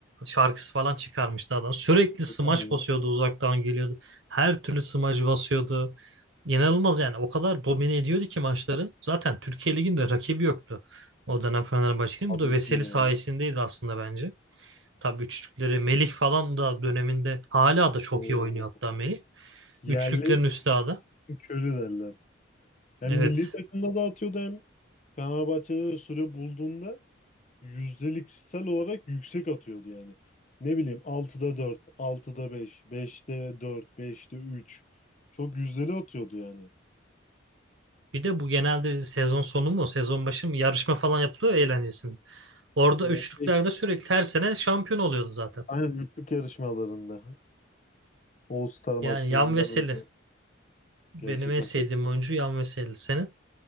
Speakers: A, on the right; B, on the left.
A: şarkısı falan çıkarmıştı adam. Sürekli smaç
B: Tamam ya.
A: basıyordu uzaktan geliyordu. Her türlü smaç basıyordu. İnanılmaz yani o kadar domine ediyordu ki maçları. Zaten Türkiye Ligi'nde rakibi yoktu. O dönem Fenerbahçe'nin.
B: tabii
A: Bu da Veseli
B: ki ya.
A: sayesindeydi aslında bence. Tabii üçlükleri Melih falan da döneminde hala da çok
B: Oo.
A: iyi oynuyor hatta Melih.
B: Yerli
A: Üçlüklerin üstadı.
B: Stephen derler. Hem
A: Evet
B: milli takımda da atıyordu hem Fenerbahçe'de de süre bulduğunda yüzdeliksel olarak yüksek atıyordu yani. Ne bileyim altıda dört altıda beş beşte dört beşte üç Çok yüzdeli atıyordu yani.
A: Bir de bu genelde sezon sonu mu, sezon başı mı yarışma falan yapılıyor ya eğlencesinde. Orada
B: Ee,
A: üçlüklerde
B: şey,
A: sürekli her sene şampiyon oluyordu zaten.
B: aynen üçlük yarışmalarında, All Star maçlarından
A: Yani Yan Veseli.
B: önce
A: Benim
B: gerçekleşen.
A: en sevdiğim oyuncu Yan Veseli senin.